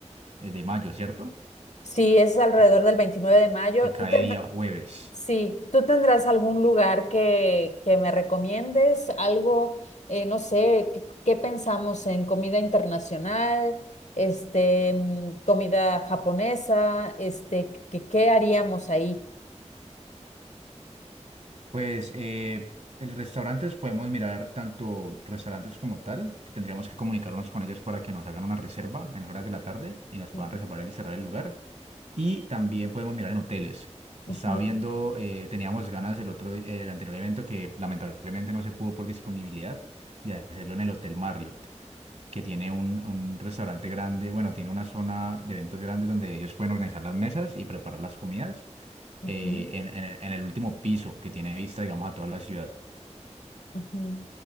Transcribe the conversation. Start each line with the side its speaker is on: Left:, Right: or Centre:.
Right: de, de mayo, ¿cierto?
Left: Sí, es alrededor
Right: Que,
Left: del 29 de mayo.
Right: que cae
Left: ¿Tú tendrás,
Right: día jueves.
Left: sí, tú tendrás algún lugar que, que me recomiendes? Algo, eh, no sé, ¿qué, qué pensamos en comida internacional, este, mm, comida japonesa, este, ¿qué, qué haríamos ahí?
Right: Pues eh, el restaurantes podemos mirar tanto restaurantes como tal, que tendríamos que comunicarnos con ellos para que nos hagan una reserva en las horas de la tarde y nos
Left: Ujú,
Right: puedan reservar y cerrar el lugar. Y también podemos mirar en hoteles.
Left: ujú,
Right: Estaba viendo, eh, teníamos ganas el otro, di- el anterior evento que lamentablemente no se pudo por disponibilidad de hacerlo en el Hotel Marriott, que tiene un, un restaurante grande, bueno, tiene una zona de eventos grandes donde ellos pueden organizar las mesas y preparar las comidas
Left: ujú.
Right: eh, en, en- en el último piso que tiene vista, digamos, a toda la ciudad.
Left: Ujú.